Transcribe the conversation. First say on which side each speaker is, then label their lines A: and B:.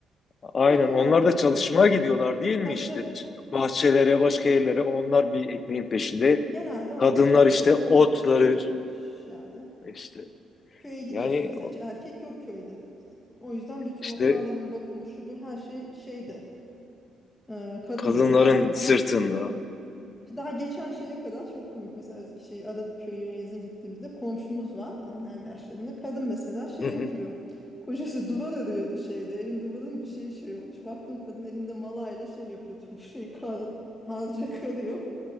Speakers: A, on the left; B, on the left.
A: aynen.
B: kadınlar
A: Onlar
B: hep
A: da çalışmaya
B: köyde.
A: gidiyorlar değil
B: Tabii
A: mi işte?
B: tabii.
A: Bahçelere, başka yerlere onlar bir ekmeğin peşinde.
B: Genelde onlar
A: Kadınlar
B: şehre
A: işte
B: ya
A: otları
B: da yurt dışına gitmiş yani.
A: İşte
B: Köye gidiyorsun
A: yani
B: mesela hiç erkek yok köyde. O yüzden bütün
A: işte
B: o tarlanın bakımı şu bu her şey şeyde e, kadındı.
A: kadınların
B: Daha
A: sırtında
B: daha geçen şeye kadar çok komik mesela biz şey Adat köyü yazın gittiğimizde komşumuz var annem yaşlarında kadın mesela şey
A: <laughs>
B: yapıyor. Kocası duvar örüyordu şeyde evin duvarının bir şey şey olmuş. Baktım kadın elinde malayla şey yapıyor top şey kar, harca karıyor. <laughs>